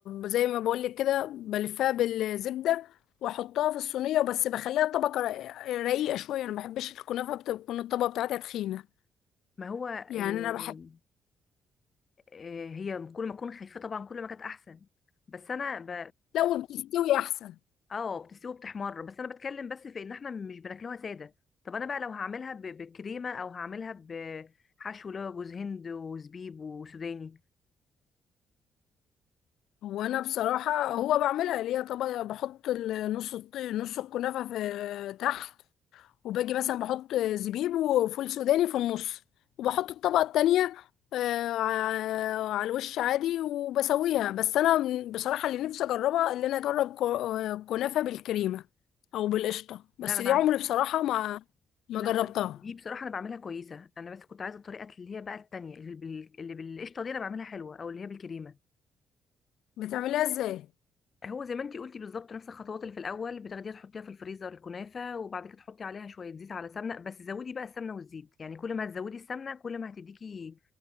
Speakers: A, on the left; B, on the left.
A: زي ما بقول لك كده بلفها بالزبده واحطها في الصينيه بس بخليها طبقه رق- رقيقه شويه انا ما بحبش الكنافه بتكون الطبقه بتاعتها تخينه
B: ما هو آه،
A: يعني انا بحب
B: آه، هي كل ما اكون خفيفه طبعا كل ما كانت احسن بس انا ب...
A: لو بتستوي احسن
B: اه بتستوي وبتحمر بس انا بتكلم بس في ان احنا مش بناكلوها ساده طب انا بقى لو هعملها ب... بكريمه او هعملها بحشو اللي هو جوز هند وزبيب وسوداني
A: هو انا بصراحه هو بعملها اللي هي طبقه بحط ال- نص الط- نص الكنافه في تحت وباجي مثلا بحط زبيب وفول سوداني في النص وبحط الطبقة التانية آه، ع- على الوش عادي وبسويها بس انا من- بصراحة اللي نفسي اجربها اللي انا اجرب ك- آه، كنافة بالكريمة او بالقشطة بس
B: لا انا
A: دي
B: بعمل
A: عمري بصراحة ما ما
B: لا
A: جربتها
B: هو دي دي بصراحه انا بعملها كويسه انا بس كنت عايزه الطريقه اللي هي بقى التانية اللي بال... اللي بالقشطه دي انا بعملها حلوه او اللي هي بالكريمه
A: بتعملها ازاي
B: هو زي ما انتي قلتي بالظبط نفس الخطوات اللي في الاول بتاخديها تحطيها في الفريزر الكنافه وبعد كده تحطي عليها شويه زيت على سمنه بس زودي بقى السمنه والزيت يعني كل ما هتزودي السمنه كل ما هتديكي